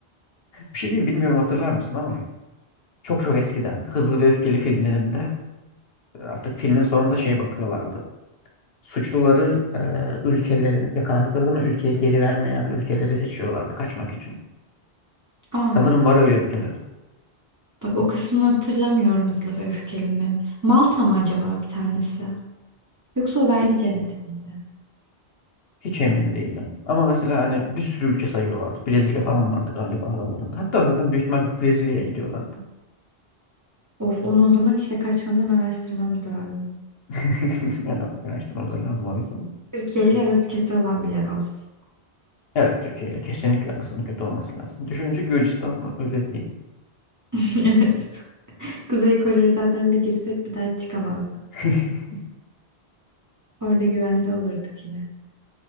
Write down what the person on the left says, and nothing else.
Bir şey diyeyim bilmiyorum hatırlar mısın ama çok çok eskiden Hızlı ve Öfkeli filmlerinde artık filmin sonunda şey bakıyorlardı. suçluları e, ülkelerine yakalandıkları zaman ülkeye geri vermeyen ülkeleri seçiyorlardı kaçmak için.
Sanırım var öyle ülkeler.
Hiç
hiç emin değilim. Ama mesela hani bir sürü ülke sayıyorlardı. Brezilya falan vardı galiba aralarında. Hatta zaten büyük ihtimal Brezilya'ya gidiyorlardı.
<laughs> Yani bak araştırmamız lazım arasını.
Evet Türkiye ile kesinlikle arasının kötü olması lazım. Düşününce Gürcistan öyle değil.
<laughs>